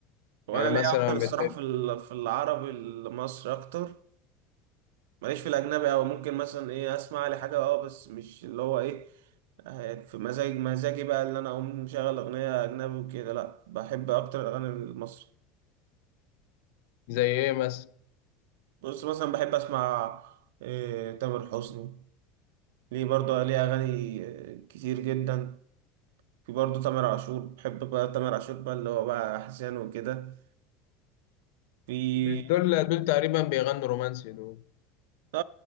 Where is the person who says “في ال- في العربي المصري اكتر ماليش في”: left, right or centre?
Right